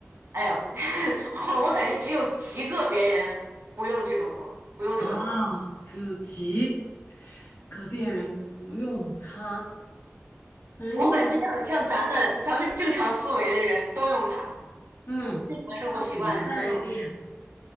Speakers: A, on the right; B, on the left.
A: 哎呦，<laughs> 我我感觉只有极个别人不用这种东西，不用这个东西。
B: 嗯啊，只有极个别人不用它，很小。
A: 我感觉像像咱们咱们正常思维的人都用它，
B: 嗯，
A: 正常生活习惯的人都用它。
B: 它不带电，